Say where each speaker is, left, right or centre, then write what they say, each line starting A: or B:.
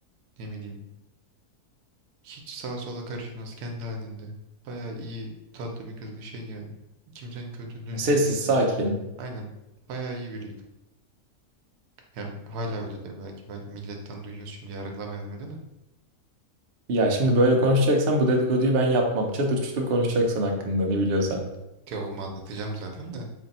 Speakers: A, on the right (about 80°); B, on the right (about 55°).
A: Ne bileyim. Hiç sağa sola karışmaz kendi halinde. Bayağı iyi tatlı bir kızdı şey yani. Kimsenin kötülüğünü
B: Sessiz
A: de düşünmez.
B: sakin.
A: Aynen. Bayağı iyi biriydi. Ya hala öyledir belki. Ben milletten duyuyoruz şimdi yargılamayalım öyle de.
B: Ya şimdi böyle konuşacaksan bu dedikoduyu ben yapmam. Çatır çutur konuşacaksın hakkında ne biliyorsan.
A: Ya oğlum anlatacağım zaten de.